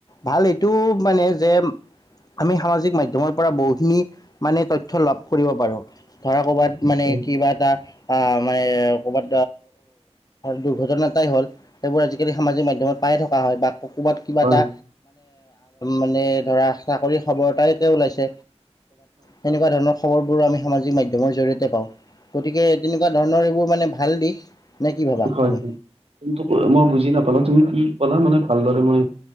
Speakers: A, on the left; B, on the right.
A: ভাল এইটো মানে যে আমি সামাজিক মাধ্যমৰ পৰা বহ খিনি মানে তথ্য লাভ কৰিব পাৰো ধৰা কৰ'বাত মানে
B: হয়
A: কিবা এটা আহ মানে ক'ৰবাত, দুৰ্ঘটনাটাই হ'ল সেইবোৰ আজিকালি সামাজিক মাধ্যমত পাই থকা হয় বা কবাত কিবা,
B: হয়
A: এটা মানে ধৰা চাকৰি খবৰ এটায়ে ওলাইছে, তেনেকুৱা ধৰণৰ খবৰবোৰ আমি সামাজিক মাধয়মৰ জৰিয়তে, পাওঁ গতিকে তেনেকুৱা ধৰণৰ এইবোৰ মানে ভাল দিশ। নে কি ভাবা
B: হয়
A: তুমি
B: হয় মই বুজি নাপালোঁ তুমি কি কলা মানে ভালদৰে মই